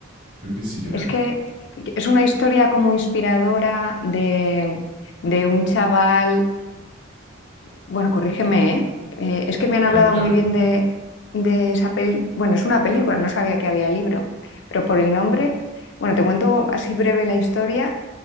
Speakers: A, on the right; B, on the left.
A: Creo que sí que
B: Es
A: no hay.
B: que es una historia como inspiradora de, de un chaval bueno, corrígeme, ¿eh? Eh, es que me han hablado
A: Claro, claro,
B: muy bien
A: claro.
B: de, de esa peli. Bueno, es una película, no sabía que había libro, pero por el nombre, bueno, te cuento así breve la historia